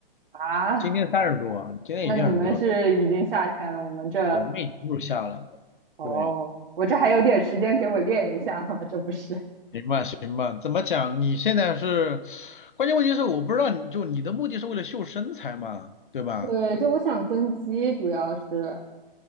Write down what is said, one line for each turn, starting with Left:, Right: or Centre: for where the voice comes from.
Right: 啊。
Left: 今天三十度啊，今天已经很热，
Right: 那你们是已经夏天了，我们这
Left: 我们已经入夏了，
Right: 哦，
Left: 对。
Right: 我这还有点时间给我练一下嘛，这不是？
Left: 行吧，行吧，怎么讲？你现在是，关键问题是我不知道你就你的目的是为了秀身材嘛，对吧？
Right: <laughs> 对，就我想增肌，主要是